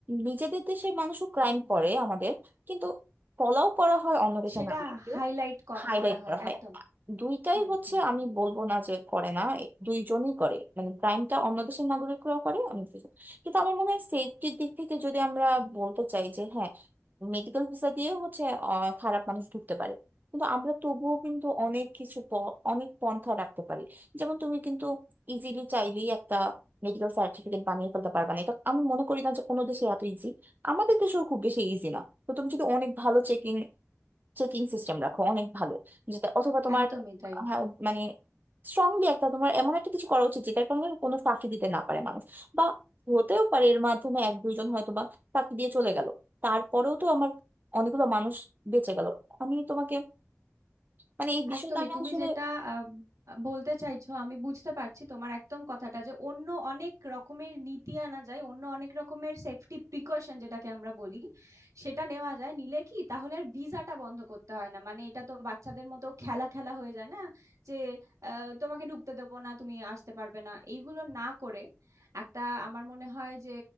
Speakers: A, on the right; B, on the right.
A: নিজেদের দেশের মানুষও ক্রাইম করে আমাদের কিন্তু ফলাও করা হয় অন্য দেশের
B: সেটা
A: নাগরিককেও
B: হাইলাইট কম
A: হাইলাইট
B: করা হয়
A: করা হয়
B: একদম
A: দুইটাই
B: হুম
A: হচ্ছে
B: হুম
A: আমি বলবো না যে করে না এ দুইজনই করে মানে ক্রাইমটা অন্য দেশের নাগরিকরাও করে অন্য দেশের- কিন্তু আমার মনে হয় সেফটির দিক থেকে যদি আমরা বলতে চাই যে হ্যাঁ মেডিকেল ভিসা দিয়ে হচ্ছে আহ, খারাপ মানুষ ঢুকতে পারে কিন্তু আমরা তবুও কিন্তু অনেক কিছু প- অনেক পন্থা রাখতে পারি যেমন তুমি কিন্তু ইজিলি চাইলেই একটা মেডিকেল সার্টিফিকেট বানিয়ে ফেলতে পারবে না এটা আমি মনে করি না যে কোনো দেশে এত ইজি আমাদের দেশেও খুব বেশি ইজি না তো তুমি যদি অনেক ভালো চেকিং চেকিং সিস্টেম রাখো অনেক ভালো যেটা অথবা তোমার
B: একদমই তাই।
A: হ্যাঁ, মানে স্ট্রংলি একটা তোমার এমন একটা কিছু করা উচিত যেটার কারণে কোনো ফাঁকি দিতে না পারে মানুষ বা হতেও পারে এর মাধ্যমে এক দুইজন হয়তো বা ফাঁকি দিয়ে চলে গেল তারপরেও তো আমার অনেকগুলো মানুষ বেঁচে গেল আমি তোমাকে মানে এই বিষয়টা
B: একদমই
A: আমি
B: তুমি
A: আসলে
B: যেটা আহ, বলতে চাইছো আমি বুঝতে পারছি তোমার একদম কথাটা যে অন্য অনেক রকমের নীতি আনা যায় অন্য অনেক রকমের সেফটি প্রিকশন যেটাকে আমরা বলি সেটা নেওয়া যায় নিলে কি তাহলে আর ভিসাটা বন্ধ করতে হয় না মানে এটা তো বাচ্চাদের মতো খেলা খেলা হয়ে যায় না যে আহ, তোমাকে ঢুকতে দেবো না তুমি আসতে পারবে না এইগুলো না করে একটা আমার মনে হয় যে